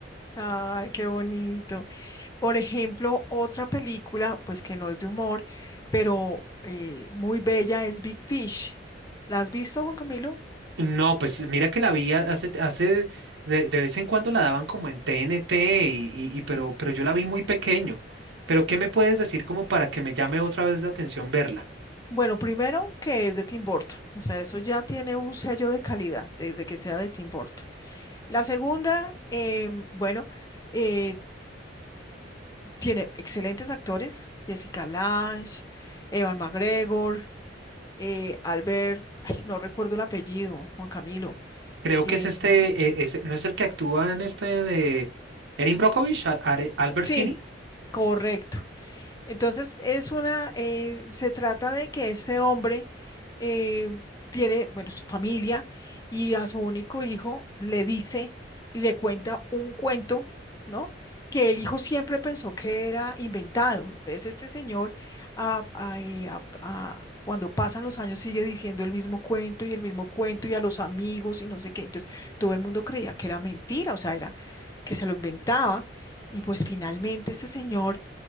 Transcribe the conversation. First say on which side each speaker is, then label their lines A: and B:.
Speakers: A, on the left (about 20°); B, on the right (about 75°).
A: Ay, qué bonito. Por ejemplo, otra película, pues que no es de humor, pero eh, muy bella es Big Fish. ¿La has visto, Juan Camilo?
B: No, pues mira que la vi ha- hace, hace de, de vez en cuando la daban como en TNT y, y- y- pero, pero yo la vi muy pequeño. Pero ¿qué me puedes decir como para que me llame otra vez la atención verla?
A: Bueno, primero que es de Tim Burton, o sea, eso ya tiene un sello de calidad desde que sea de Tim Burton. La segunda, em, bueno, eh, tiene excelentes actores, Jessica Lange, Evan McGregor, eh, Albert, ay, no recuerdo el apellido, Juan Camilo.
B: Creo
A: em,
B: que es este, eh, ese- ¿no es el que actúa en este de Erin Brockovich, Al- Are- Albert
A: sí,
B: Finney?
A: correcto. Entonces, es una, eh, se trata de que este hombre eh, tiene, bueno, su familia y a su único hijo le dice y le cuenta un cuento, ¿no? Que el hijo siempre pensó que era inventado. Entonces, este señor, ah, ah, eh, ah, ah, cuando pasan los años, sigue diciendo el mismo cuento y el mismo cuento y a los amigos y no sé qué. Entonces, todo el mundo creía que era mentira, o sea, era que se lo inventaba. Y pues finalmente este señor